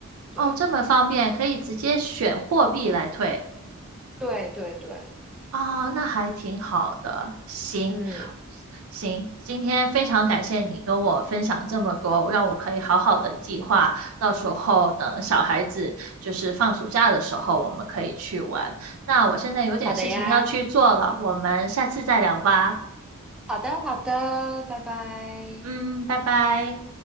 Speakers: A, in the centre; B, on the right.
A: 对，
B: 哦，这么方便，可以直接选货币来退。
A: 对，对，对，
B: 哦，那还挺好的。行，
A: 嗯，
B: 行，今天非常感谢你跟我分享这么多，让我可以好好的计划，到时候等小孩子就是放暑假的时候，我们可以去玩。那我现在有点事情要去做了，
A: 好的呀，
B: 我们下次再聊吧。
A: 好的，好的，拜拜。
B: 嗯，拜拜。